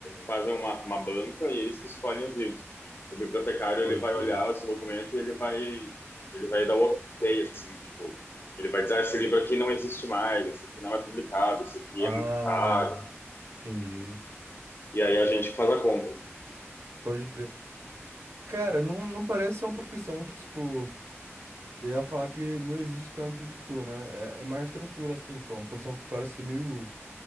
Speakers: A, on the left (about 50°); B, on the right (about 75°).
A: fazem uma, uma banca e eles que escolhem os livros. O bibliotecário
B: pode
A: ele vai
B: crer.
A: olhar esse documento e ele vai, ele vai dar o ok, assim, tipo, ele vai dizer, ah, esse livro aqui não existe mais, esse aqui não é publicado, esse aqui
B: Ah,
A: é muito caro.
B: entendi.
A: E aí a gente que faz a compra.
B: Pode crer. Cara, não, não parece ser uma profissão que, tipo, eu ia falar que não existe tanto de tu, né? É, é mais tranquilo, assim, tipo, é uma profissão que parece ser meio.